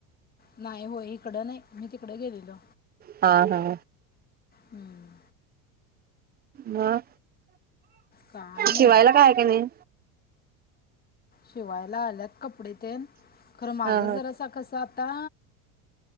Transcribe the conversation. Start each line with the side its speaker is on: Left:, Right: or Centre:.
Left: नाही होय इकडं नाही मी तिकडं गेलेलो
Right: हा हा
Left: हम.
Right: हा.
Left: काय नाही
Right: शिवायला
Left: बघ
Right: काय हाय का नाही.
Left: शिवायला आल्यात कपडे तेन खरं माझं
Right: हा
Left: जरासं असं कसं आता